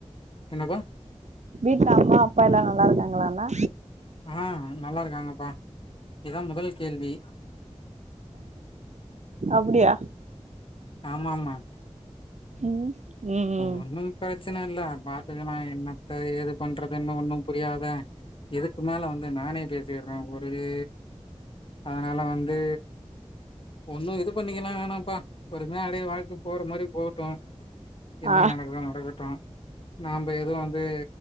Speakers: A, on the left; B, on the right.
A: என்னக்கா
B: வீட்ல அம்மா அப்பா எல்லா நல்லா இருக்காங்களாண்ணா
A: ஆ நல்லா இருக்காங்கப்பா இதா முதல் கேள்வி
B: அப்டியா
A: ஆமா மா
B: ம் ம்
A: ஒன்னு பிரச்சனை இல்ல பாத்துக்கலா என்னத்த ஏது பண்றதுன்னு ஒன்னு புரியாத இதுக்கு மேல வந்து நானே பேச பேய்ற ஒரே அதனால வந்து ஒன்னு இது பண்ணிகலா வேணாப்பா பொறுமையா அப்டியே வாழ்க்க போற மாரி போட்டும் என்ன
B: ஆ
A: நடக்குதோ நடக்கட்டு நாம எதுவும் வந்து